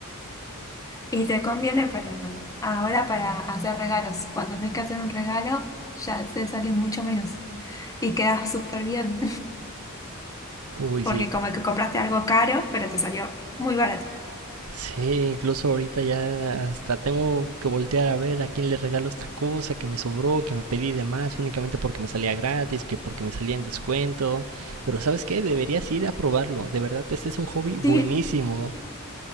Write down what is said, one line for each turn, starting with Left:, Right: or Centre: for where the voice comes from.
Left: Y te conviene para ahora para hacer regalos. Cuando tenés que hacer un regalo, ya te sale mucho menos y quedas súper bien, <laughs>
Right: Uy,
Left: porque
Right: sí,
Left: como que compraste algo caro, pero te salió muy barato.
Right: Sí, incluso ahorita ya hasta tengo que voltear a ver a quién le regalo esta cosa que me sobró, que me pedí de más únicamente porque me salía gratis, que porque me salía en descuento. Pero ¿sabes qué? Deberías ir a probarlo. De verdad, este es un hobby buenísimo.
Left: Sí,